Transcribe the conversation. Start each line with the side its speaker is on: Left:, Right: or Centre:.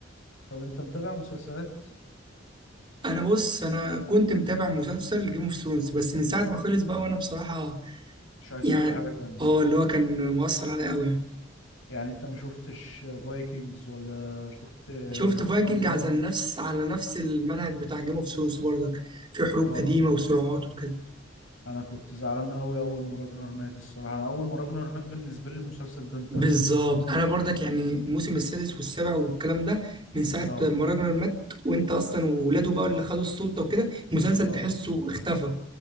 Left: طب انت متابع مسلسلات
Right: انا بص انا كنت متابع مسلسل جيم اوف ثرونز بس من ساعه ما خلص بقى وانا بصراحه
Left: مش عايز
Right: يعني
Left: تتابع حاجة تانية
Right: اه اللي هو كان مؤثر عليا قوي يعني
Left: يعني انت ما شفتش فايكنجز ولا شفت
Right: شفت فايكنج
Left: بيكي بلايند
Right: على نفس على نفس المنهج بتاع جيم اوف ثرونز برضك في حروب
Left: اه
Right: قديمه وصراعات وكده
Left: انا كنت زعلان قوي اول ما راجنر مات الصراحة انا اول ما راجنر مات بالنسبة لي المسلسل ده انتهى
Right: بالظبط انا برضك يعني الموسم السادس والسابع والكلام ده من ساعه
Left: اه
Right: ما راجنر مات وانت اصلا وولاده بقى اللي خدوا السلطه وكده المسلسل
Left: اه
Right: تحسه اختفى